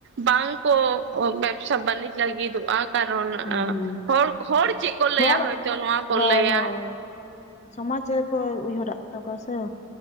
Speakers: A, on the right; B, on the left.
A: ᱵᱟᱝ ᱠᱚ ᱵᱮᱯᱥᱟ ᱵᱟᱹᱱᱤᱡᱽ ᱞᱟᱹᱜᱤᱫᱚᱜᱼᱟ᱾ ᱠᱟᱨᱚᱱ
B: ᱦᱩᱸ ᱦᱩᱸ
A: ᱦᱚᱲ ᱦᱚᱲ ᱪᱮᱫ ᱠᱚ ᱞᱟᱹᱭᱟ
B: ᱦᱚᱲ
A: ᱦᱚᱭᱛᱚ ᱱᱚᱣᱟ ᱠᱚ
B: ᱦᱳᱭ
A: ᱞᱟᱹᱭᱟ᱾
B: ᱦᱳᱭ ᱥᱚᱢᱟᱡᱽ ᱨᱮᱠᱚ ᱩᱭᱦᱟᱹᱨᱟᱜ <unintelligible> ᱠᱚᱣᱟ ᱥᱮ᱾